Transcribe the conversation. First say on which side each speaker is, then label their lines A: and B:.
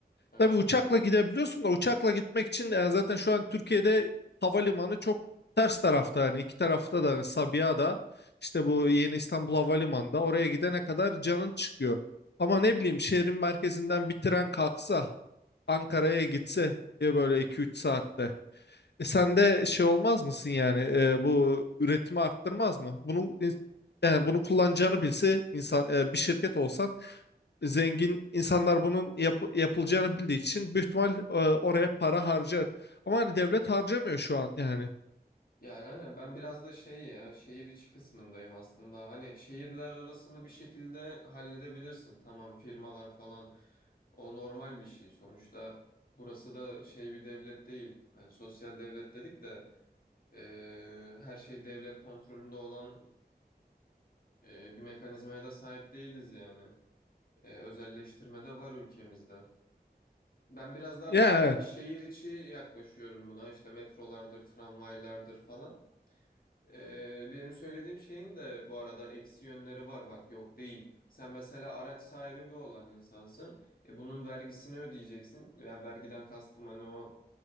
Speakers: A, on the left; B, on the left.
A: evet.
B: Tabii uçakla gidebiliyorsun da uçakla gitmek için yani zaten şu an Türkiye'de havalimanı çok ters tarafta yani iki tarafta da hani Sabiha'da işte bu Yeni İstanbul Havalimanı'nda oraya gidene kadar canın çıkıyor. Ama ne bileyim şehrin merkezinden bir tren kalksa Ankara'ya gitse diye böyle iki üç saatte. E sen de şey olmaz mısın yani e, bu üretimi arttırmaz mı? Bunu in- yani bunu kullanacağını bilse insan e, bir şirket olsan zengin insanlar bunun yap- yapılacağını bildiği için büyük ihtimal e, oraya para harcar. Ama hani devlet harcamıyor şu an yani.
A: Yani aynen ben biraz da şey ya şehir içi kısmındayım aslında. Hani şehirler arasını bir şekilde halledebilirsin. Tamam firmalar falan o normal bir şey. Sonuçta burası da şey bir devlet değil. Hani sosyal devlet dedik de e, her şey devlet kontrolünde olan e, bir mekanizmaya da sahip değiliz yani. E, özelleştirme de var ülkemizde. Ben biraz daha
B: Ya
A: bu şey,
B: evet.
A: şehir içi yaklaşıyorum buna. İşte metrolardır, tramvaylardır falan. Ee, benim söylediğim şeyin de bu arada eksi yönleri var bak yok değil. Sen mesela araç sahibi bir olan insansın. E, bunun vergisini ödeyeceksin. Yani vergiden kastım hani o